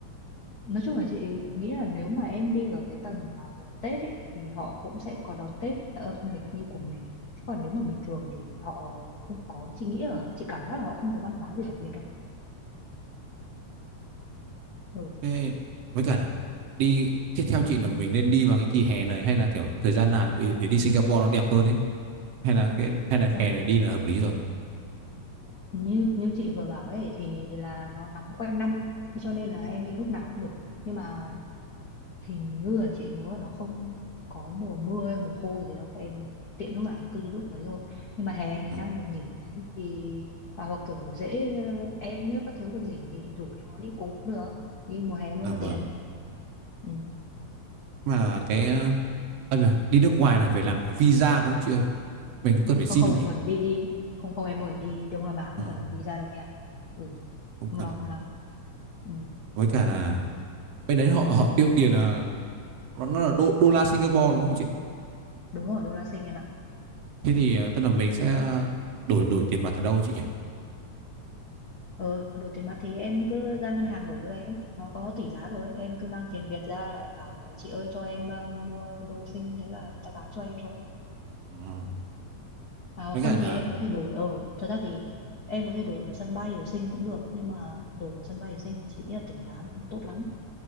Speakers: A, on the left; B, on the right.
A: Nói chung là chị nghĩ là nếu mà em đi vào cái tầm mà gần Tết ấy, thì họ cũng sẽ có đón Tết âm lịch như của mình. Thế còn nếu mà bình thường thì họ không có, chị nghĩ là chị cảm giác là họ không có văn hóa gì đặc biệt đâu. Ừ.
B: Thế với cả là đi tiếp theo chị là mình nên đi vào cái kỳ hè này hay là kiểu thời gian nào để, để đi Singapore nó đẹp hơn ấy hay là cái hay là
A: Ờ,
B: hè này đi là hợp lý rồi
A: như như chị vừa bảo ấy thì là nó nóng quanh năm, thế cho nên là em đi lúc nào cũng được. Nhưng mà hình như là chị nhớ là nó không có mùa mưa hay mùa khô gì đâu em tiện lúc nào em cứ đi lúc đấy thôi nhưng mà hè này
B: ừ.
A: đang được nghỉ đấy thì à, hoặc kiểu dễ ờ, em nếu các thứ được nghỉ thì rủ chúng nó đi cùng cũng được đi mùa hè luôn
B: à,
A: cho
B: vâng
A: tiện ừ.
B: mà cái ờ, à, mà đi nước ngoài này phải làm cả visa đúng không chị ơi mình có cần phải
A: Ờ,
B: xin
A: không
B: không
A: em
B: nhỉ
A: ơi đi đi không không em ơi đi Đông Nam Á
B: Ờ,
A: không cần visa đâu nha ừ
B: không
A: không
B: cần
A: lo không lo ừ.
B: với cả là bên đấy họ họ tiêu tiền là nó, nó là đô, đô la Singapore đúng không chị
A: đúng rồi đô la Sinh em ạ
B: thế thì ờ, tức là mình sẽ đổi đổi tiền mặt ở đâu chị nhỉ
A: Ờ, đổi tiền mặt thì em cứ ra ngân hàng đổi cho em nó có tỷ giá rồi em cứ mang tiền Việt ra là bảo chị ơi cho em ờ, mua đô sinh thế là người ta bán cho em thôi
B: Ờ,
A: mà
B: với
A: không
B: cả là
A: thì em có thể đổi ở thật ra thì em có thể đổi ở sân bay ở Sinh cũng được nhưng mà đổi ở sân bay ở Sinh thì chị nghĩ là tỷ giá nó không tốt lắm